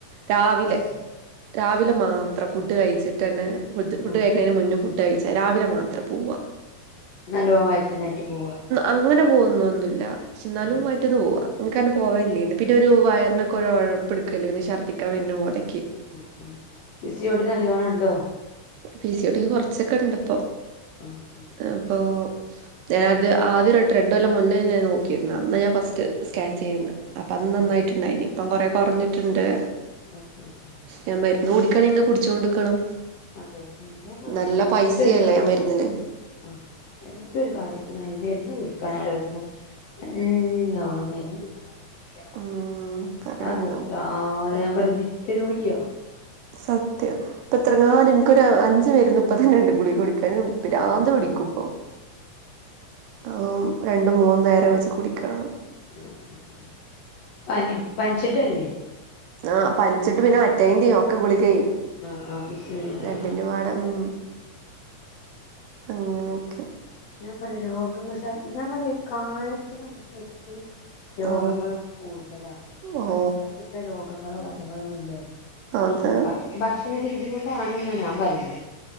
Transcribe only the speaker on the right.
രാവിലെ
രാവിലെ മാത്രം ഫുഡ് കഴിച്ചിട്ടെന്നെ. ഫുദ് ഫുഡ്
കഴിക്ക്‌ണേന്റെ മുന്ന് <unintelligible> ഡയിച്ച രാവിലെ മാത്രം പോവ
അങ്ങനെ പോവുന്നൊന്നുല്ല ക്ഷെ ന്നാലും.
റ്റ്ന്ന് പോവാ. ഇൻക്കന്നെ പോവേല്ലേന്ന് പിന്നൊരു വയർനൊക്കൊ രൊയപ്പ്‌ട്ക്കല് ന്നെ ശർദിക്കാ വര്ന്ന പോലെ.
പി സി ഓടി കൊർച്ചൊക്കെ ഇണ്ട്പ്പം.
ഇപ്പോ ഞാത് ആദ്യൊരട്ടം രണ്ടൊല്ലം മുന്നേ ഞാൻ നോക്കിരുന്നു അന്ന് ഞാൻ. ഫസ്റ്റ് സ്കാൻ ചെയ്യുന്നെ അപ്പം അന്ന് നന്നായിട്ട്ണ്ടായിനി.
ഇപ്പം കൊറേ കൊർഞ്ഞിട്ട്ണ്ട്.
ഞാൻ മര്ന്ന് കുടിക്കാണെങ്കി ഇങ്ങെനെ കുടിച്ചോണ്ട്ക്കണം.
നല്ല
പൈസയല്ലേ
ആ മരുന്നിന്
ഉം പറയാണ്ടോ
സത്യം ഇപ്പ എത്രങ്ങാനും ഇൻക്കൊരു അഞ്ച് മര്ന്ന് ഇപ്പ തന്നെ ഇണ്ട്. ഗുളിക കുടിക്കാനും. പിരാന്ത്‌
പിടിക്കും ഇപ്പൊ. ആ ഹു രണ്ട് മൂന്ന് നേരം വെച്ച് കുടിക്കണം.
ആഹ് പനിച്ചിട്ട് പിന്നെ മറ്റേയ്ന്റെ ഒക്കെ ഗുളികെ
രണ്ടിന്റെ പാടെ ഉം അങ്ങനൊ ഒക്കെ
ആ
ഓ
അതെ